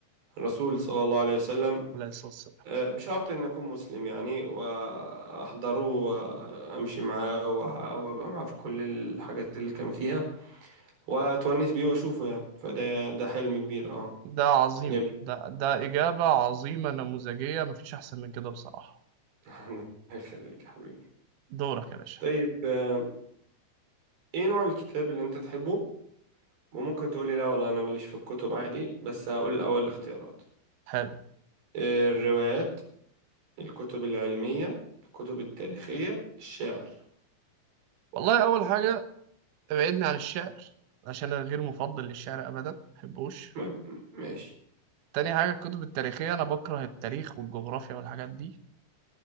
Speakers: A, on the right; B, on the right.
A: الرسول صلى الله عليه وسلم
B: ولا الصلاة
A: آه، بشرط إن أكون مسلم يعني وأحضره وأمشي معاه وأح- وأبقى معاه في كل الحاجات اللي كان فيها وأتونس بيه وأشوفه يعني فده ده حلم كبير أه
B: ده عظيم
A: جميل
B: ده ده إجابة عظيمة نموذجية مفيش أحسن من كده بصراحة
A: <laughs> الله يخليك يا حبيبي
B: دورك يا باشا
A: طيب آه، إيه نوع الكتاب اللي أنت تحبه وممكن تقولي لا والله أنا ماليش في الكتب عادي بس هقول الأول الاختيارات
B: حلو
A: آه، الروايات الكتب العلمية الكتب التاريخية الشعر
B: والله أول حاجة ابعدني عن الشعر عشان أنا غير مفضل للشعر أبدا مبحبوش
A: ما- ماشي
B: تاني حاجة الكتب التاريخية أنا بكره التاريخ والجغرافيا والحاجات دي